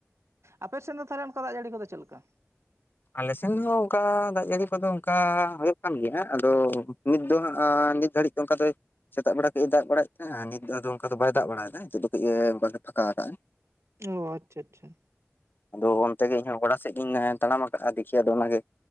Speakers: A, on the right; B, on the left.
A: ᱟᱯᱮ ᱥᱮᱫ ᱫᱚ ᱛᱟᱦᱞᱮ ᱚᱱᱠᱟ ᱫᱟᱜ ᱡᱟᱹᱲᱤ ᱠᱚ ᱫᱚ ᱪᱮᱫ ᱞᱮᱠᱟ?
B: ᱟᱞᱮ ᱥᱮᱱ ᱦᱚᱸ ᱚᱱᱠᱟ ᱫᱟᱜ ᱡᱟᱹᱲᱤ ᱠᱚ ᱫᱚ ᱚᱱᱠᱟ ᱦᱳᱭᱳᱜ ᱠᱟᱱ ᱜᱮᱭᱟᱜ᱾ ᱟᱫᱚ ᱱᱤᱛ ᱫᱚ ᱦᱟᱸᱜ ᱟᱻ ᱱᱤᱛ ᱜᱷᱟᱹᱲᱤᱡ ᱚᱱᱠᱟ ᱛᱮᱭ ᱥᱮᱛᱟᱜ ᱵᱮᱲᱟ ᱠᱟᱹᱡ ᱮ ᱫᱟᱜ ᱵᱟᱲᱟᱭᱮᱜ ᱛᱟᱦᱮᱜᱼᱟ ᱾ᱱᱤᱛ ᱫᱚ ᱟᱫᱚ ᱚᱱᱠᱟ ᱫᱚ ᱵᱟᱭ ᱫᱟᱜ ᱵᱟᱲᱟᱭ ᱫᱟ ᱱᱤᱛᱚᱜ ᱫᱚ ᱠᱟᱹᱡ ᱮ ᱚᱱᱠᱟ ᱜᱮ ᱯᱷᱟᱸᱠᱟ ᱠᱟᱜ-ᱟᱭ᱾
A: ᱚ ᱟᱪᱪᱷᱟ ᱟᱪᱪᱷᱟ᱾
B: ᱟᱫᱚ ᱚᱱᱛᱮ ᱜᱮ ᱤᱧ ᱦᱚᱸ ᱜᱚᱰᱟ ᱥᱮᱫ ᱜᱤᱧ ᱛᱟᱲᱟᱢ ᱫᱤᱠᱷᱤ ᱟᱫᱚ ᱚᱱᱟ ᱜᱮ